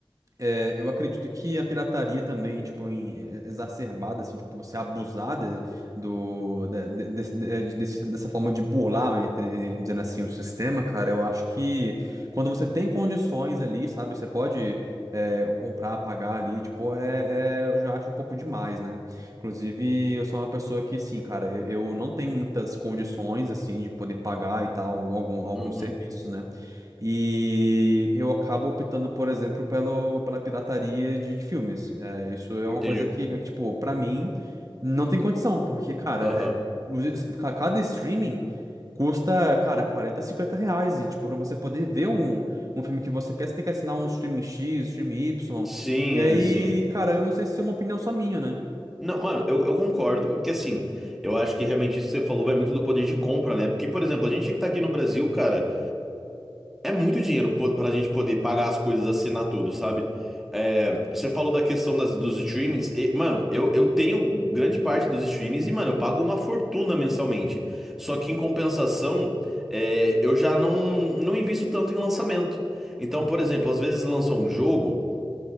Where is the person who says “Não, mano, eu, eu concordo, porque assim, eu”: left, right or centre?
Centre